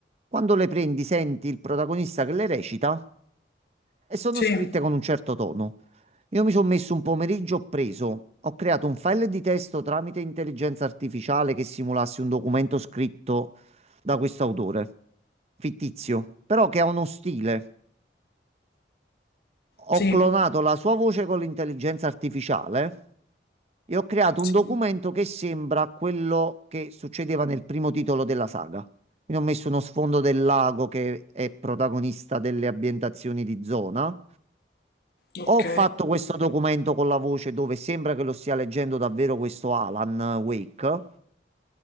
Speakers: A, on the right; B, on the left.
A: Quando le prendi, senti il protagonista che le recita e sono
B: sì,
A: scritte con un certo tono. Io mi sono messo un pomeriggio, ho preso, ho creato un file di testo tramite intelligenza artificiale che simulasse un documento scritto da questo autore, fittizio, però che ha uno stile. Ho
B: sì,
A: clonato la sua voce con l'intelligenza artificiale. e ho creato
B: sì,
A: un documento che sembra quello che succedeva nel primo titolo della saga. Quindi ho messo uno sfondo del lago che è protagonista delle ambientazioni di zona.
B: ok,
A: Ho fatto questo documento con la voce dove sembra che lo stia leggendo davvero questo Alan Wake